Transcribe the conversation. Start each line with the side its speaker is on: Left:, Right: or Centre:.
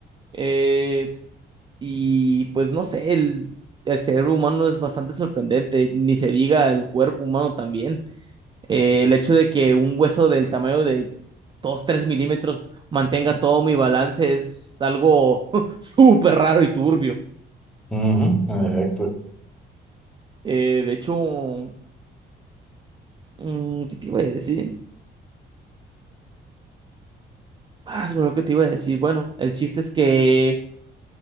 Right: Eh, y pues no sé, el, el cerebro humano es bastante sorprendente, ni se diga el cuerpo humano también. Eh, el hecho de que un hueso del tamaño de 2 3 milímetros mantenga todo mi balance es algo <laughs> súper raro y turbio.
Centre: Ujú, en efecto.
Right: Eh, de hecho, mm, ¿qué te iba a decir? Ah, se me que te iba a decir. Bueno, el chiste es que